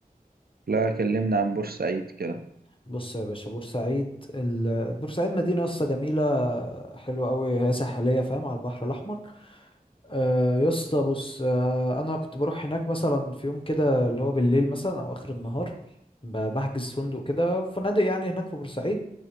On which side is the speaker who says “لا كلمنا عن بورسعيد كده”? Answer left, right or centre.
Right